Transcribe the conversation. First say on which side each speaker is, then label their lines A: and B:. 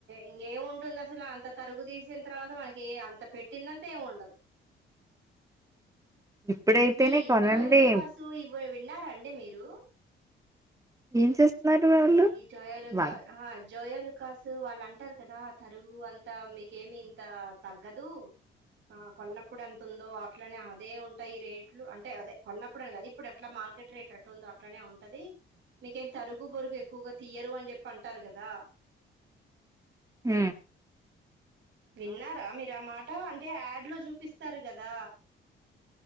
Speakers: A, on the right; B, on the right.
A: ఇంకేముంటుంది అసలు అంత తరుగు తీసిన తర్వాత మనకి అంత పెట్టింది అంతా ఏమి ఉండదు.
B: ఇప్పుడైతేనే
A: ఈ
B: కొనండి
A: జోయలు కాసుూ ఇవ్వ విన్నారాండి మీరు
B: ఏం చేస్తున్నారు వాళ్ళు
A: ఈ జయోలకా
B: వాయ్
A: జోయోలుకాస్ వాళ్ళు అంటారు కదా తరుగు అంత మీకేమి ఇంత తగ్గదు, ఆ కొన్నప్పుడు ఎంత ఉందో అట్లనే అదే ఉంటాయి రేట్ అట్ అంటే అదే కొన్నప్పుడు అని కద ఇప్పుడు ఎట్లా మార్కెట్ రేట్ ఎట్ ఉందో అట్లనే ఉంటది, మీకేం తరుగు బరుగు ఎక్కువగా తీయరు అని చెప్పి అంటారు కదా
B: మ్
A: విన్నారా మీరుమాట అంటే అట్లో చూపిస్తారు కదా